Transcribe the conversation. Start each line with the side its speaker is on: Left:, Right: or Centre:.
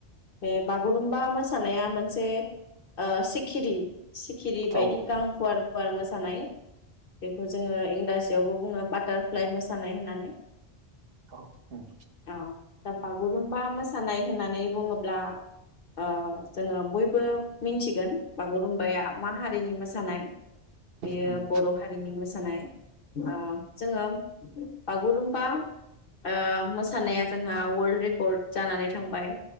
Left: बे बागुरुमबा मोसानाया मोनसे ओ सिक खिरि सिखिरि
Right: हागोन।
Left: बायदि
Right: औ
Left: गां फुवार फुवार मोसानाय बेखौ जोङो इंराजिआवबो बुङो बाटारफ्लाइ मोसानाय होननानै
Right: औ उम
Left: औ दा बागुरुम्बा मोसानाय होननानै बुङोब्ला ओ जोङो बयबो मिन्थिगोन बागुरुम्बाया मा हारिनि मोसानाय बेयो
Right: उम
Left: बर' हारिनि मोसानाय। ओ जोङो बागुरुम बा ओ मोस सानाया जोंहा अवलद रेकर्ड जानानै थांबाय।